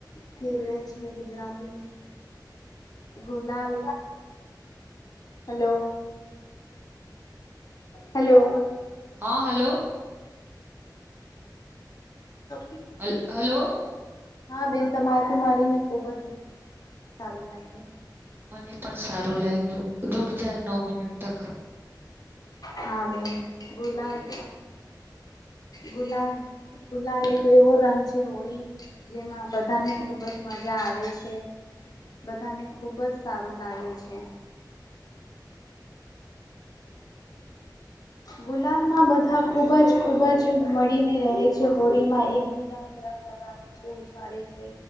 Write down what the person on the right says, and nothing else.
હા હલો
હલ્ હલો
મને પણ સારું લાગ્યું રૂક જાય નવ મિનટ તક
<inaudible>